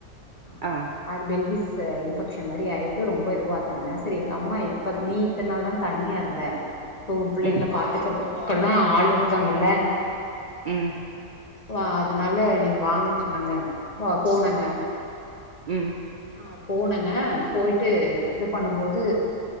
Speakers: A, on the left; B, on the right.
A: ஆஹ்
B: ஆ
A: அது பெல்விஸ் அ இன்ஃபெக்க்ஷன் மாரி ஆயிட்டு ரொம்ப இதுவாருந்தங்க செரி எங்க அம்மா இப்ப நீ இத்தன் நாள் தா தனியாருந்த இப்போ ஒ பிள்ளைங்ல
B: ம்
A: பாத்துக்கறதுக் குலா ஆள் இருக்காங்கள
B: உம்
A: வா அதுனால நீங்க வாங்கன் சொன்னாங்க ப போனோங்க
B: ம்
A: ஆப் போனங்க போய்ட்டு இது பண்ணும் போது